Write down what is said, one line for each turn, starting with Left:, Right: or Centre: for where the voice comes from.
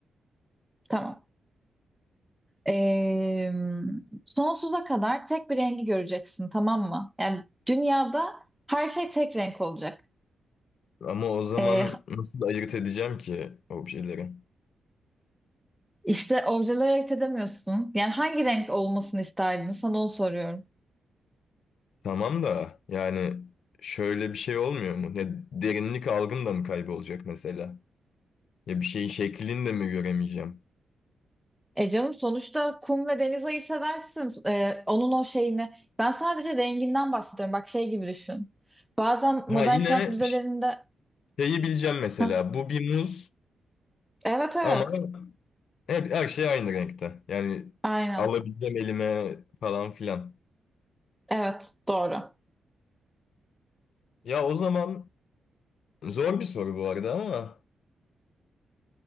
Centre: Tamam. Ee, sonsuza kadar tek bir rengi göreceksin, tamam mı? Yani dünyada her şey tek renk olacak.
Left: Ama o zaman
Centre: Ee,
Left: nasıl ayırt edeceğim ki objeleri?
Centre: işte objeleri ayırt edemiyorsun. Yani hangi renk olmasını isterdin? Sana onu soruyorum.
Left: Tamam da yani şöyle bir şey olmuyor mu? Ne derinlik algım da mı kaybolacak mesela? Ya bir şeyin şeklini de mi göremeyeceğim?
Centre: E canım sonuçta kum ve deniz ayırt edersin. E, onun o şeyini. Ben sadece renginden bahsediyorum. Bak şey gibi düşün. Bazen
Left: Ha
Centre: modern
Left: yine
Centre: sanat müzelerinde...
Left: şeyi bileceğim mesela.
Centre: Hah,
Left: Bu bir muz
Centre: evet evet.
Left: ama hep her şey aynı renkte. Yani
Centre: Aynen.
Left: s- alabileceğim elime falan filan.
Centre: Evet doğru.
Left: Ya o zaman Zor bir soru bu arada ama